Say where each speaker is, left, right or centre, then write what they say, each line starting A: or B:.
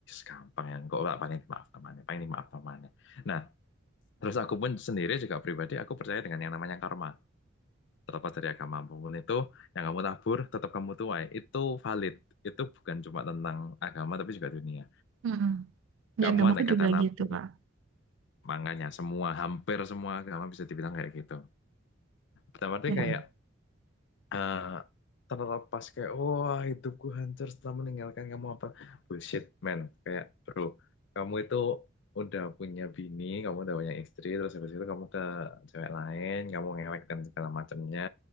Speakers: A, on the left; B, on the right.
A: gampang ya kok nggak paling dimaaf namanya paling dimaaf namanya nah terus aku pun sendiri juga pribadi aku percaya dengan yang namanya karma terlepas dari agama apapun itu yang kamu tabur tetap kamu tuai itu valid itu bukan cuma tentang agama tapi juga dunia
B: Mm-mm. Di
A: kamu
B: agamaku
A: ada kata
B: juga
A: nabur
B: gitu, Pak.
A: makanya semua hampir semua agama bisa dibilang kayak gitu dalam arti
B: Ya.
A: kayak eh terlepas kayak wah hidupku hancur setelah meninggalkan kamu apa bullshit man kayak bro kamu itu udah punya bini kamu udah punya istri terus habis itu kamu ke cewek lain kamu ngewek dan segala macamnya